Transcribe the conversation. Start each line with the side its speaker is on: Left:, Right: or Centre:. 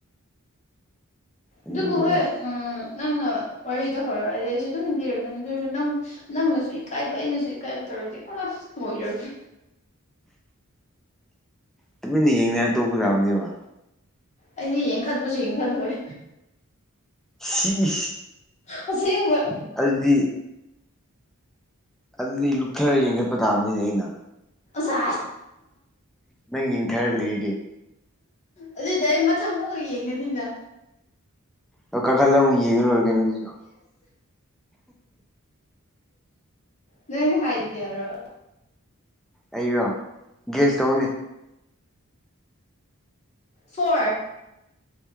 Centre: ꯑꯗꯨꯒ
Left: ꯑꯗꯨꯕꯨꯍꯣꯏ ꯎꯝ ꯅꯪꯅ ꯋꯥꯔꯤꯗ ꯍꯧꯔꯛꯑꯗꯤ ꯑꯩꯁꯨ ꯑꯗꯨꯝꯤꯟꯗꯤꯔꯛꯀꯅꯤ ꯑꯗꯨ ꯑꯣꯏꯔꯁꯨ ꯅꯪ ꯅꯪꯅꯁꯨ ꯏꯀꯥꯏꯕ ꯑꯩꯅꯁꯨ ꯏꯀꯥꯏꯕ ꯑ ꯃꯣꯏꯔꯁꯤ
Centre: ꯇꯨꯃꯤꯟꯅ ꯌꯦꯡꯅꯤ ꯇꯣꯞꯄ ꯇꯥꯕꯅꯦꯕ
Left: ꯑꯩꯁ ꯌꯦꯡꯈꯠꯄꯁꯨ ꯌꯦꯡꯈꯠꯂꯣꯏ
Centre: ꯎꯝ
Left: ꯁꯕ
Centre: ꯑꯗꯨꯗꯤ ꯑꯗꯨꯗꯤ ꯂꯨꯞꯊꯔ ꯌꯦꯡꯈꯠꯄ ꯇꯥꯕꯅꯤꯅꯦ ꯑꯩꯅ
Left: ꯁ
Centre: ꯅꯪ ꯌꯦꯡꯊꯔ ꯂꯩꯗꯤ
Left: ꯑꯗꯨꯏꯗ ꯑꯩ ꯃꯊꯪ ꯑꯃꯨ ꯌꯦꯡꯒꯅꯤꯅ
Centre: ꯑꯣ ꯀꯥ ꯈꯜꯂ ꯌꯦꯅ ꯂꯔꯒꯅꯤꯁꯨ
Left: ꯅ ꯍꯥꯏꯒꯔꯣ
Centre: ꯑꯩꯔꯣ ꯒꯦꯁ ꯇꯧꯅꯦ
Left: ꯐꯣꯔ